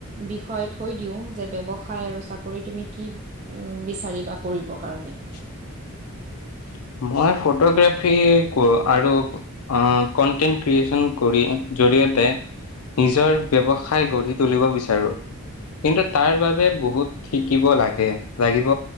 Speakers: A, on the right; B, on the left.
A: বিষয় থৈ দিওঁ। যে ব্যৱসায় আৰু চাকৰি তুমি কি উ বিচাৰিবা কৰিব কাৰণে?
B: <unintelligible> মই ফটোগ্ৰাফী ক আৰু আ কনটেন্ট ক্ৰিয়েচন কৰিম জ। জৰিয়তে নিজৰ ব্যৱসায় গঢ়ি তুলিব বিচাৰোঁ। কিন্তু তাৰ বাবে বহুত শিকিব লাগে লাগিব